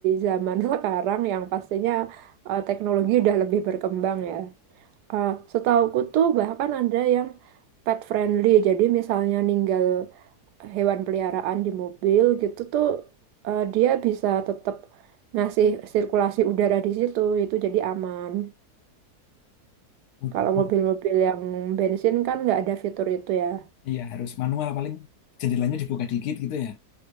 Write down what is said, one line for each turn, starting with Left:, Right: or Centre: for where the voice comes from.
Right: zaman <laughs> sekarang yang pastinya eh, teknologi udah lebih berkembang ya. Eh, setauku tuh bahkan ada yang pet friendly, jadi misalnya ninggal hewan peliharaan di mobil gitu tuh eh, dia bisa tetap ngasih sirkulasi udara di situ, itu jadi aman.
Left: Mud-
Right: Kalau
Left: mud-
Right: mobil-mobil yang bensin kan nggak ada fitur itu ya.
Left: Iya harus manual paling jendelanya dibuka dikit gitu ya.